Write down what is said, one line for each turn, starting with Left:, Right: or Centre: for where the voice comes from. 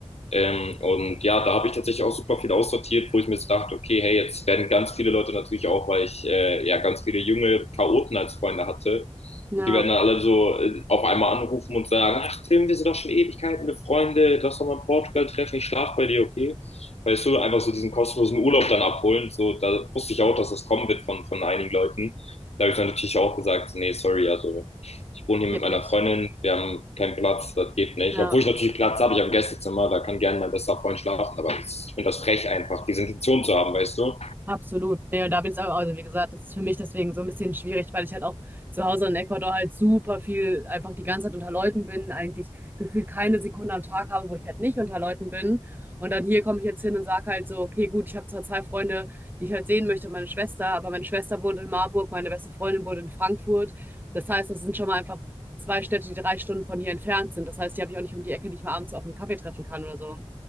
Left: ähm, und ja, da habe ich tatsächlich auch super viel aussortiert, wo ich mir so dachte, okay, hey, jetzt werden ganz viele Leute natürlich auch, weil ich äh, ja ganz viele junge Chaoten als Freunde hatte,
Right: ja,
Left: die werden dann alle so äh, auf einmal anrufen und sagen, ach Tim, wir sind doch schon Ewigkeiten befreunde lass doch mal in Portugal treffen, ich schlaf bei dir, okay? Weißt du, einfach so diesen kostenlosen Urlaub dann abholen, so, da wusste ich auch, dass das kommen wird von, von einigen Leuten. Da habe ich dann natürlich auch gesagt, nee, sorry, also ich wohne hier
Right: geht
Left: mit meiner
Right: nicht.
Left: Freundin, wir haben keinen Platz, das geht nicht.
Right: Ja.
Left: Obwohl ich natürlich Platz habe, ich habe ein Gästezimmer, da kann gerne mein bester Freund schlafen, aber ich finde das frech einfach, diese Intention zu haben, weißt du?
Right: Absolut. Nee, und da bin ich auch. also wie gesagt, das ist für mich deswegen so ein bisschen schwierig, weil ich halt auch zu Hause in Ecuador halt super viel einfach die ganze Zeit unter Leuten bin, eigentlich gefühlt keine Sekunde am Tag habe, wo ich halt nicht unter Leuten bin. Und dann hier komme ich jetzt hin und sage halt so, okay, gut, ich habe zwar zwei Freunde, die ich halt sehen möchte, meine Schwester, aber meine Schwester wohnt in Marburg, meine beste Freundin wohnt in Frankfurt. Das heißt, das sind schon mal einfach zwei Städte, die drei Stunden von hier entfernt sind. Das heißt, die habe ich auch nicht um die Ecke, die ich mal abends so auf einen Kaffee treffen kann oder so.